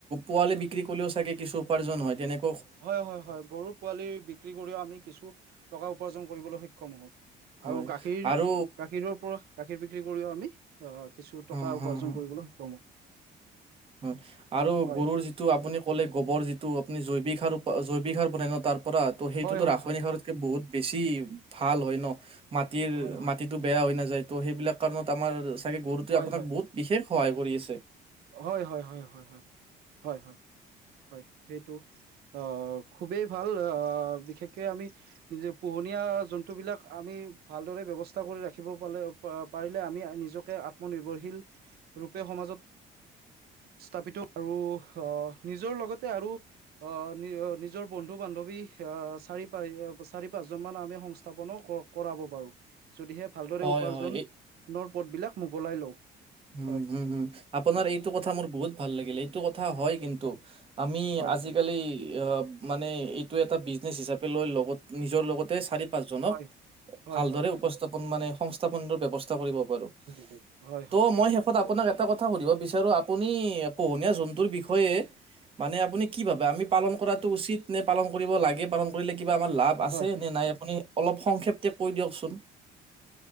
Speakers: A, on the right (about 35°); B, on the right (about 70°).
A: পোৱালি বিক্ৰী কৰিলেও চাগে কিছু উপাৰ্জন হয়, তেনেকুৱা।
B: হয়, হয়, হয় গৰুৰ পোৱালি বিক্ৰী কৰিও আমি কিছু টকা উপাৰ্জন কৰিবলৈ সক্ষম হওঁ।
A: হয়
B: আৰু গাখীৰ,
A: আৰু
B: গাখীৰৰ পৰা গাখীৰ বিক্ৰী কৰিও আমি আহ, কিছু
A: অ',
B: টকা
A: হ,
B: উপাৰ্জন
A: হ,
B: কৰিবলৈ সক্ষম হওঁ।
A: হয়। আৰু
B: হয়
A: গৰুৰ যিটো আপুনি ক'লে গোবৰ যিটো আপুনি জৈৱিক সাৰ, জৈৱিক সাৰ বনাই ন, তাৰ পৰা। ত'
B: হয়
A: সেইটোতো
B: হয়
A: ৰাসায়নিক
B: হয়
A: সাৰত বহুত বেছি ভাল হয় ন, মাটিৰ
B: হয়
A: মাটিত সেইটো বেয়া হৈ নাযায়, ত' সেইবিলাক কাৰণত আমাৰ চাগে গৰুটোৱে
B: হয়
A: আপোনাক
B: হয়
A: বহুত বিশেষ সহায় কৰি আছে।
B: হয়, হয়, হয়, হয়, হয়। হয়, হয়, হয় সেইটো অ' খুবেই ভাল আ, বিশেষকে আমি নিজে পোহনীয়া জন্তুবিলাক আমি ভালদৰে ব্যৱস্থা কৰি ৰাখিব পালে আ, পাৰিলে আমি-মি নিজকে আত্মনিৰ্ভৰশীল ৰূপে সমাজত স্থাপিত আৰু আহ, নিজৰ লগতে আৰু আহ, নিজ-নিজৰ বন্ধু-বান্ধৱী আহ চাৰি পাই, আ চাৰি পাঁচজনমান আমি সংস্থাপনো কৰ কৰাব পাৰো, যদিহে ভালদৰে
A: হয়,
B: উপাৰ্জন
A: হয়। এই
B: ৰ পথবিলাক মোকলাই লওঁ।
A: উম,
B: হয়
A: হো, হো আপোনাৰ
B: হয়
A: এইটো কথা মোৰ বহুত ভাল লাগিল, এইটো কথা হয় কিন্তু। আমি
B: হয়
A: আজিকালি
B: হয়
A: আহ মানে এইটো এটা বিজনেছ হিচাপে লৈ লগত, নিজৰ লগতে চাৰি পাঁচজনক
B: হয় হয়
A: ভালদৰে
B: হয়
A: উপস্থাপন মানে, সংস্থাপনটোৰ ব্যৱস্থা কৰিব পাৰো।
B: উম, হয়।
A: ত'
B: হয়
A: মই শেষত আপোনাক এটা কথা সুধিব বিচাৰো, আপুনি পোহনীয়া জন্তুৰ বিষয়ে মানে আপুনি কি ভাবে, আমি পালন কৰাটো উচিত নে পালন কৰিব লাগে, পালন কৰিলে কিবা আমাৰ লাভ আছে
B: হয়
A: নে নাই, আপুনি অলপ সংক্ষেপ্তে কৈ দিয়কচোন।